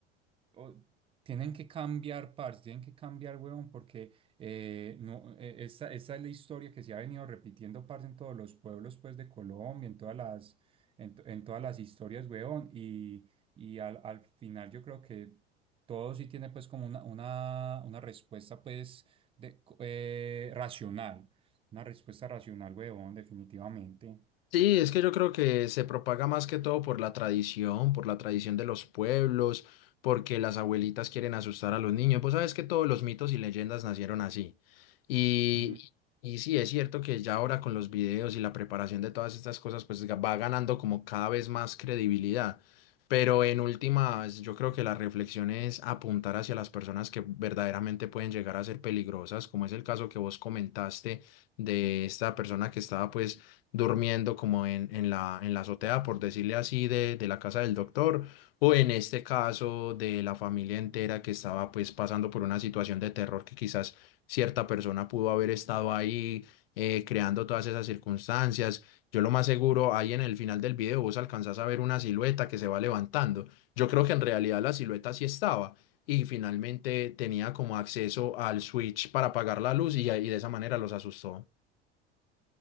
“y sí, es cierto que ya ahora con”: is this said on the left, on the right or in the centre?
Left